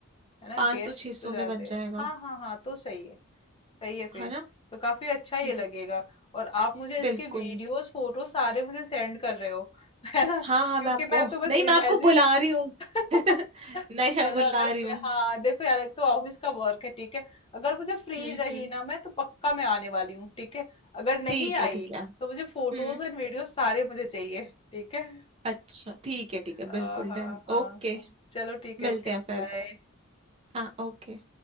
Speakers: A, on the left; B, on the right.
A: है ना
B: पाँच
A: गेस्ट
B: सौ छः
A: तो
B: सौ
A: ज्यादा
B: में बन
A: है
B: जाएगा
A: हाँ हाँ हाँ तो सही है सही है फिर
B: है ना
A: तो काफी अच्छा ये
B: हम्म
A: लगेगा और आप मुझे इसके
B: बिल्कुल
A: वीडियोस फोटो सारे मुझे सेंड कर रहे हो <laughs> है ना
B: हाँ
A: क्योंकि
B: हाँ मैं आपको
A: मैं तो बस
B: नहीं मैं
A: इमेजिन
B: आपको बुला रही हूँ
A: <laughs>
B: <laughs>
A: चलो
B: नहीं मैं बुला
A: अगर
B: रही हूँ
A: मैं हाँ देखो यार एक तो ऑफिस का वर्क है ठीक है अगर मुझे फ्री
B: हम्म
A: रही
B: हम्म
A: ना मैं तो पक्का मैं आने वाली हूँ ठीक है अगर नहीं
B: ठीक है
A: आई
B: ठीक है
A: तो मुझे
B: हम्म
A: फोटोज एंड वीडियो सारे मुझे चाहिए ठीक है
B: अच्छा ठीक है ठीक
A: हाँ
B: है बिल्कुल
A: हाँ
B: डन
A: हाँ
B: ओके
A: हाँ। चलो ठीक
B: मिलते
A: है ओके
B: हैं फिर
A: बाय
B: हाँ ओके